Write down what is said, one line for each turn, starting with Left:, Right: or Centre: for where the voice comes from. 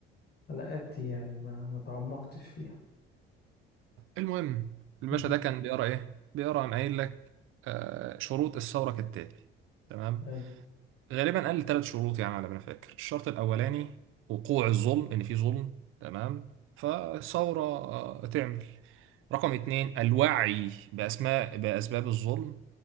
Left: على قد يعني ما ما تعمقتش فيها
Right: المهم الباشا
Left: مم.
Right: ده كان بيقرأ إيه؟ بيقرأ عن قايل لك آه، شروط الثورة كالتالي تمام
Left: حلو
Right: غالبا قال ثلاث شروط يعني على ما انا فاكر الشرط الاولاني وقوع الظلم ان في ظلم تمام فثوره آه، تعمل رقم اتنين الوعي بأسماء بأسباب الظلم